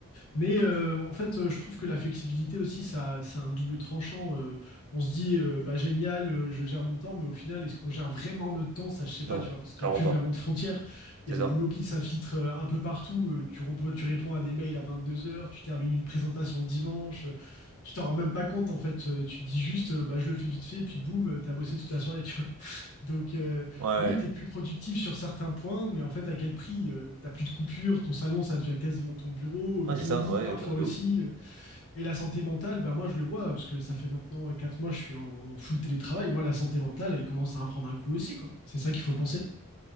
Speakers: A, on the left; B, on the right.
A: Mais euh, en fait, euh, je trouve que la flexibilité aussi, ça, c'est un double tranchant. Euh, on se dit, euh, bah, génial, euh, je gère mon temps, mais au final, est-ce qu'on gère vraiment notre temps? Ça, je sais pas,
B: Non,
A: tu vois, parce qu'il
B: clairement
A: n'y a plus
B: pas.
A: vraiment de frontières.
B: C'est
A: Il y a le
B: ça.
A: boulot qui s'infiltre euh, un peu partout. Euh, tu, rep- tu réponds à des mails à 22 heures. tu termines une présentation le dimanche. euh, tu t'en rends même pas compte, en fait. Euh, tu te dis juste, euh, bah, je le fais vite fait, et puis boum, euh, t'as bossé toute la soirée, tu donc, euh,
B: Ouais.
A: oui, tu es plus productif sur certains points, mais en fait, à quel prix? Euh, t'as plus de coupure, ton salon, ça devient quasiment ton bureau,
B: Ouais,
A: euh, ton
B: c'est ça,
A: lit
B: ouais,
A: parfois
B: de de
A: aussi.
B: ouf.
A: euh, et la santé mentale, bah, moi, je le vois, parce que ça fait maintenant euh, 4 mois, je suis en full télétravail. Moi, la santé mentale, elle commence à en prendre un coup aussi, quoi. C'est ça qu'il faut penser.